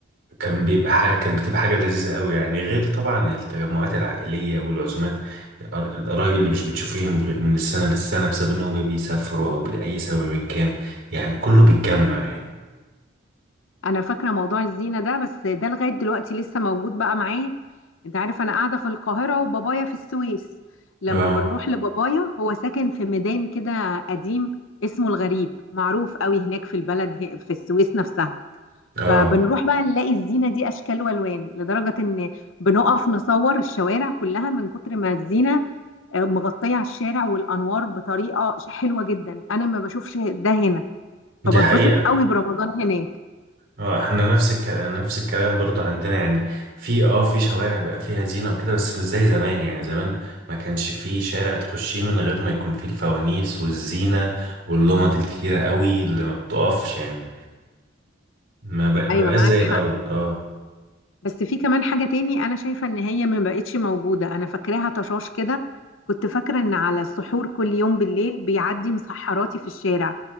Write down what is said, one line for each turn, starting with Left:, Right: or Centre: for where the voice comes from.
Right: كان بيبقى حاجة كانت بتبقى حاجة لذيذة قوي يعني غير طبعا التجمعات العائلية والعزومات القر- القرايب اللي مش بتشوفيهم غير- من السنة للسنة بسبب انهم بي- بيسافروا او بأي سبب إن كان يعني كله بيتجمع يعني
Left: انا فاكره موضوع الزينه ده بس ده لغايه دلوقتي لسه موجود بقى معايا انت عارف انا قاعده في القاهره وبابايا في السويس لما
Right: اه
Left: بنروح لبابايا هو ساكن في ميدان كده قديم اسمه الغريب معروف قوي هناك في البلد ه- في السويس نفسها
Right: اه
Left: فبنروح بقى نلاقي الزينه دي اشكال والوان لدرجه ان بنقف نصور الشوارع كلها من كتر ما الزينه آه، مغطيه على الشارع والانوار بطريقه ش- حلوه جدا انا ما بشوفش ده هنا
Right: دي
Left: فبتبسط
Right: حقيقة
Left: قوي برمضان هناك
Right: اه احنا نفس الكلام نفس الكلام برضو عندنا يعني في اه في شوارع بقى فيها زينة وكده بس مش زي زمان يعني زمان ما كانش في شارع تخشيه من غير ما يكون فيه الفوانيس والزينة واللمض الكتيرة قوي اللي ما بتقفش يعني ما بق... ما
Left: ايوه
Right: بقاش
Left: معاك
Right: زي
Left: حق
Right: الاول اه
Left: بس في كمان حاجة تاني أنا شايفة إن هي ما بقتش موجودة أنا فاكراها طشاش كده كنت فاكرة إن على السحور كل يوم بالليل بيعدي مسحراتي في الشارع